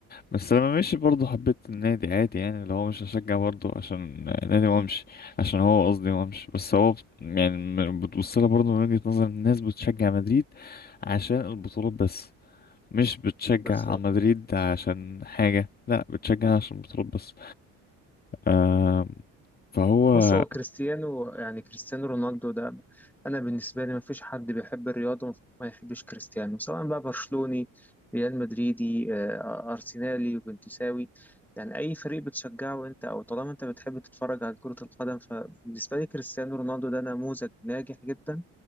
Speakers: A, on the left; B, in the centre.
A: بس لما مشي برضه حبيت النادي عادي يعني اللي هو مش هشجع برضه عشان نادي وامشي عشان هو قصدي وامشي بس هو بت- يعني م- بتبصلها برضه من وجهة نظر الناس بتشجع مدريد عشان البطولات بس مش بتشجع
B: بس
A: مدريد عشان حاجة لا بتشجع عشان البطولات بس آه فهو
B: بص هو كريستيانو يعني كريستيانو رونالدو ده انا بالنسبه لي ما فيش حد بيحب الرياضه ما يحبش كريستيانو سواء بقى برشلوني ريال مدريدي آه، ارسنالي وبنتساوي يعني اي فريق بتشجعه انت او طالما انت بتحب تتفرج على كره القدم فبالنسبه لي كريستيانو رونالدو ده نموذج ناجح جدا